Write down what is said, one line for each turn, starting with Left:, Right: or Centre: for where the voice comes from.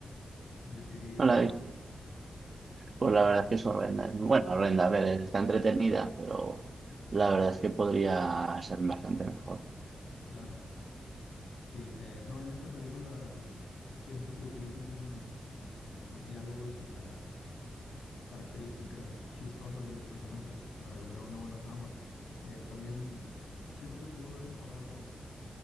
Left: Decidí ahorrar.
Right: No, la de Pues la verdad es que es horrenda. Es muy- Bueno, horrenda, a ver, está entretenida, pero la verdad es que podría ser bastante mejor.
Left: Claro. Sí, eh, no, en esta película siento que utilizan bien eh, los diálogos y las características chistosas de los personajes para lograr una buena trama. Eh, también siento que pudo haber mejorado